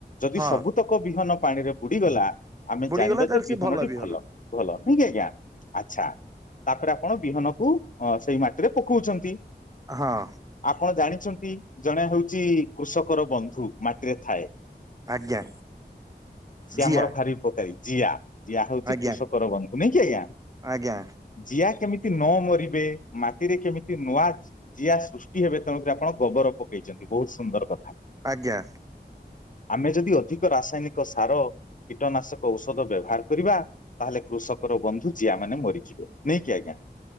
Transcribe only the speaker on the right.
ହଁ
ବୁଡିଗଲା
ତାହେଲେ
ସେ ବିହନ
ହଁ।
ଆଜ୍ଞା
ଜିଆ
ଆଜ୍ଞା
ଆଜ୍ଞା।
ଆଜ୍ଞା।